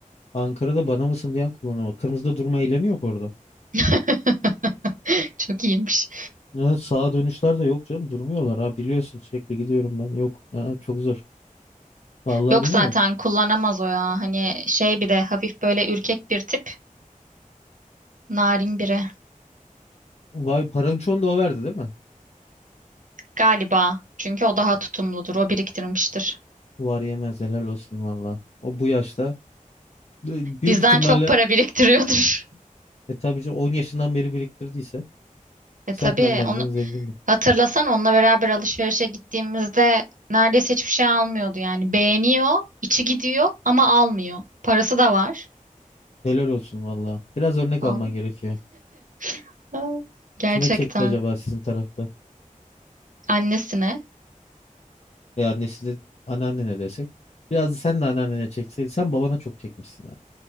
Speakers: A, on the left; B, on the right.
A: Ankara'da bana mısın diyen kullanıma. Kırmızıda durma eylemi yok orada.
B: <laughs> Çok iyiymiş.
A: Ha, sağa dönüşler de yok canım. Durmuyorlar ha biliyorsun sürekli gidiyorum ben. Yok ha, çok zor. Vallahi
B: Yok
A: bilmiyorum.
B: zaten kullanamaz o ya. Hani şey bir de hafif böyle ürkek bir tip. Narin biri.
A: Vay parançon da o verdi değil mi?
B: Galiba. Çünkü o daha tutumludur. O biriktirmiştir.
A: Var yemez helal olsun valla. O bu yaşta. Büyük
B: Bizden
A: ihtimalle
B: çok para biriktiriyordur. <laughs>
A: e, tabii ki 10 yaşından beri biriktirdiyse
B: E
A: senden
B: tabii
A: benden
B: onu
A: zengindir.
B: hatırlasan onunla beraber alışverişe gittiğimizde neredeyse hiçbir şey almıyordu yani. Beğeniyor, içi gidiyor ama almıyor. Parası da var.
A: Helal olsun valla. Biraz örnek
B: Vallahi.
A: alman gerekiyor.
B: <laughs> Gerçekten.
A: Kime çekti acaba sizin tarafta?
B: Annesine.
A: E annesi de anneannene desek. Biraz da sen de anneannene çekseydin. Sen babana çok çekmişsin.